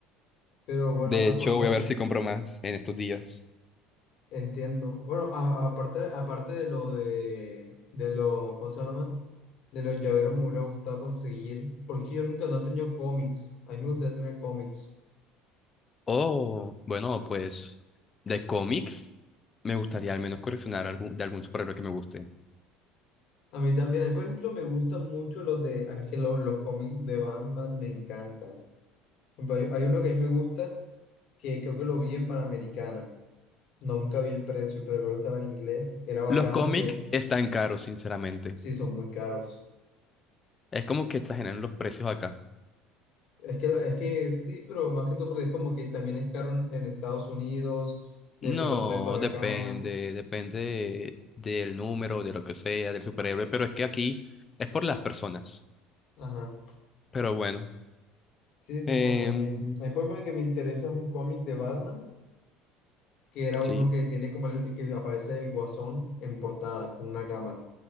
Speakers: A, on the left (about 60°); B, on the left (about 25°).
A: Pero bueno,
B: De
A: acordan,
B: hecho, voy a ver si compro más en estos días.
A: entiendo. Bueno, a- a- aparte, aparte de lo de, de lo, ¿cómo se llama? De los llaveros me hubiera gustado conseguir, porque yo nunca no he tenido cómics. A mí me gustaría tener cómics.
B: Oh, bueno, pues de cómics me gustaría al menos coleccionar algún, de algún superhéroe que me guste.
A: A mí también, a mí por ejemplo me gustan mucho los de, a mí es que lo- los, cómics de Batman me encantan. Por ejemplo, Hay, hay uno que a mí me gusta, que creo que lo vi en Panamericana. Nunca vi el precio, pero creo que estaba en inglés. Era bacano
B: Los cómics
A: que
B: están caros, sinceramente.
A: Sí, son muy caros.
B: Es como que exageran los precios acá.
A: Es que, es que sí, pero más que todo porque es como que también es caro en, en Estados Unidos, después
B: No,
A: los traen para
B: depende,
A: acá.
B: depende del número, de lo que sea, del superhéroe, pero es que aquí es por las personas.
A: Ajá.
B: Pero bueno,
A: Sí, supongo
B: em,
A: también. Hay por ejemplo, el que me interesa es un cómic de Batman, que era
B: sí.
A: uno que tiene como el, que aparece el Guasón en portada con una cámara.